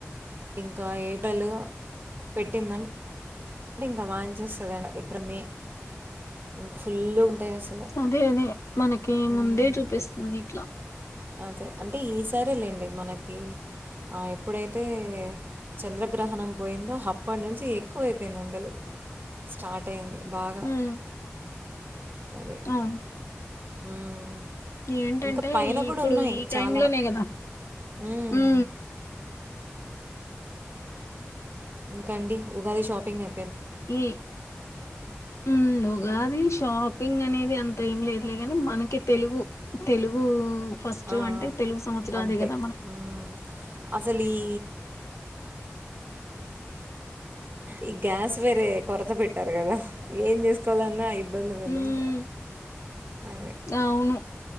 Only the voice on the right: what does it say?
క ఏటల్ పెట్టిందం ంటే ఇంకా వాన్ చేేస్తుంది ఇప్పుడు మే ఇం ఫుల్ ఉంటాయి అసలు
ఉమ్.
అదే అంటే ఈసారే లేండి మనకి ఆ ఎప్పుడైతే చంద్రగ్రహణం పోయిందో అప్పటి నుంచి ఎక్కువైపోయింది ఎండలు స్టార్ట్ అయింది బాగా
అదే
ఉమ్.
ఇంకా పైన కూడా
ఉన్నాయి
చాలా
ఉమ్.
ఇంకా అండి ఉగాది షాపింగ్ అయి
ఆ,
అంతే
మ్మ్. అసలు ఈ ఈ గ్యాస్ వేరే కొరత పెట్టారు కదా ఏం చేసుకోవాలన్నా ఇబ్బందిలుండి
ఇంకా అదే